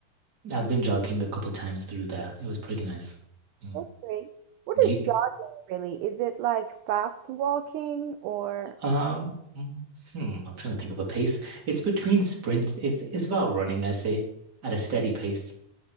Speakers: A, on the right; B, on the right.
A: I've been jogging a couple times through there. It was pretty nice. Mm.
B: That's great. What
A: Do
B: is
A: you
B: jogging really? Is it like fast walking or
A: Um, mm, hmm, I'm trying to think of a pace. It's between sprint. It's it's about running, I say, at a steady pace,